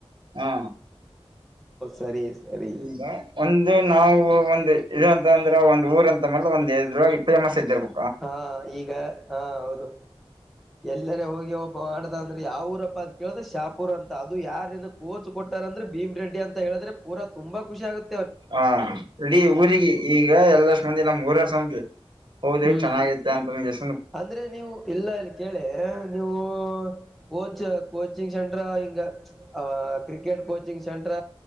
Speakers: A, on the right (about 45°); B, in the centre.
A: ಹಾ
B: ಸರಿ ಸರಿ
A: ಈಗ ಒಂದು ನಾವು ಒಂದು ಇದು ಅಂತ ಅಂದ್ರೆ ಒಂದು ಊರ್ ಅಂತ ಅಲ್ಲ ಒಂದ್ ಎದ್ರಾಗಿ ಫೇಮಸ್ ಇದ್ದಿರ್ಬು
B: ಹಾ ಈಗ ಹಾ ಹೌದು ಎಲ್ಲರೆ ಹೋಗಿ ಒಬ್ಬ ಮಾಡ್ದಂದ್ರೆ ಯಾವುರಪ್ಪ ಕೇಳಿದ್ರೆ ಶಾಪುರ್ ಅಂತ ಅದು ಯಾರಿದು ಪೋಚ್ ಕೊಟ್ಟಾರಂದ್ರ ಭೀಮ್ ರೆಡ್ಡಿ ಅಂತ ಹೇಳದ್ರೆ ಪೂರ ತುಂಬಾ ಖುಷಿಯಾಗುತ್ತೆ
A: ಹಾ ಇಡೀ ಊರಿಗೆ ಈಗ ಎಲ್ಲಷ್ಟ್ ಮಂದಿ ನಮ್ ಊರರ್ ಸೌಂದು <inaudible> ಹೌದು
B: ಹ್ಮ್
A: ಚೆನ್ನಾಗಿತ್ತ ಅಂದ್ಗೇಸ್
B: ಅಂದ್ರೆ ನೀವು ಇಲ್ಲ ಇಲ್ಲಿ ಕೇಳಿ ನೀವು ಕೋಚ್ ಕೋಚಿಂಗ್ ಸೆಂಟ್ರ ಹಿಂಗ್ ಆ ಕ್ರಿಕೆಟ್ ಕೋಚಿಂಗ್ ಸೆಂಟ್ರ